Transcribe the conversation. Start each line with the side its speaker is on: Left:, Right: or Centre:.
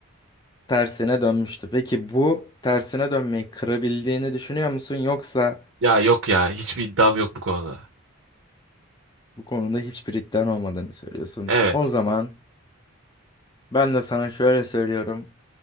Left: tersine dönmüştü. Peki bu tersine dönmeyi kırabildiğini düşünüyor musun yoksa
Right: Ya yok ya. Hiçbir iddiam yok bu konuda.
Left: Bu konuda hiçbir iddian olmadığını söylüyorsun.
Right: Evet.
Left: O zaman ben de sana şöyle söylüyorum.